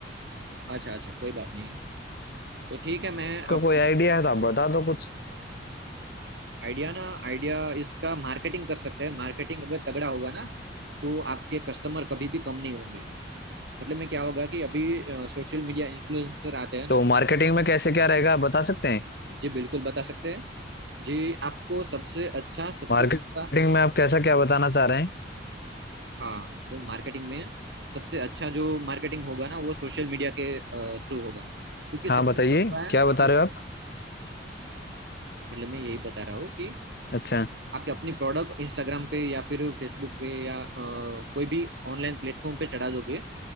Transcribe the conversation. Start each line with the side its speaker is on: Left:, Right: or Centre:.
Right: अच्छा अच्छा कोई बात नहीं तो ठीक है मैं
Left: कोई
Right: आप
Left: आइडिया है तो आप बता दो कुछ
Right: आइडिया ना आइडिया इसका मार्केटिंग कर सकते हैं मार्केटिंग अगर तगड़ा होगा ना तो आपके कस्टमर कभी भी कम नहीं होंगे मतलब में क्या होगा कि अभी सोशल मीडिया इन्फ्लुएंसर आते हैं ना
Left: तो मार्केटिंग में कैसे क्या रहेगा आप बता सकते हैं
Right: जी बिल्कुल बता सकते हैं जी आपको सबसे अच्छा सबसे
Left: मार्केटिंग
Right: सस्ता
Left: में आप कैसा क्या बताना चाह रहे हैं
Right: हाँ जो मार्केटिंग में है सबसे अच्छा जो मार्केटिंग होगा ना वो सोशल मीडिया के थ्रू होगा क्योंकि सबसे
Left: हाँ बताइए
Right: सस्ता है
Left: क्या
Right: और
Left: बता रहे हो आप
Right: मतलब मैं यही बता रहा हूँ कि
Left: अच्छा
Right: आपके अपनी प्रोडक्ट इंस्टाग्राम पे या फिर फेसबुक पे या अ, कोई भी ऑनलाइन प्लेटफॉर्म पे चढ़ा दोगे